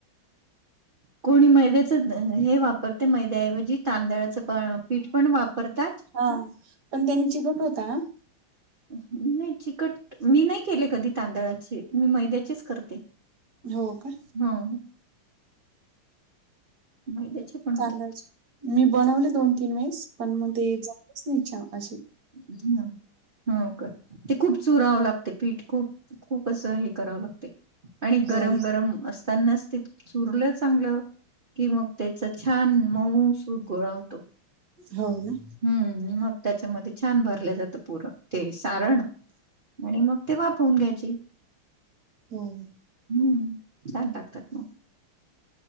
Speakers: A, on the right (about 80°); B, on the right (about 55°).
A: कोणी मैद्याचं हे वापरते मैद्याऐवजी तांदळाचं प पीठ पण वापरतात.
B: हा पण त्यांनी चिखट होता ना.
A: नाही चिकट मी नाही केले कधी तांदळाचे मी मैद्याचेच करते..
B: हो का..
A: हा.. मैद्याचे. पण होतात
B: तांदळाचे मी बनवले दोन तीन वेळेस पण मग ते जमलंच नाही छा अशे.
A: हम्.. हो का ते खूप चुरावं लागते पीठ खूप खूप असं हे करावं लागते.. आणि
B: हो
A: गरम
B: ना,
A: गरम असतानाच ते चुरलं चांगलं. कि मग त्याचा छान मऊ सुत गोळा होतो..
B: हो ना..
A: हम्म मग त्याच्यामध्ये छान भरलं जातं पुरण ते सारण. आणि मग ते वापरून घ्यायचे.
B: होम.
A: हम्म छान लागतात मग.